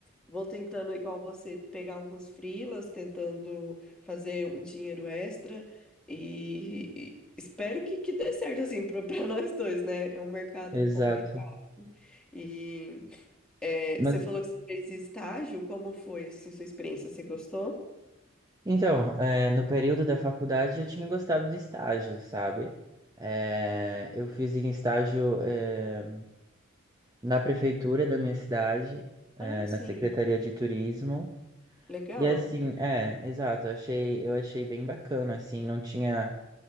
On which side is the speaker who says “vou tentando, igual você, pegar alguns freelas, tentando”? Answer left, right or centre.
Centre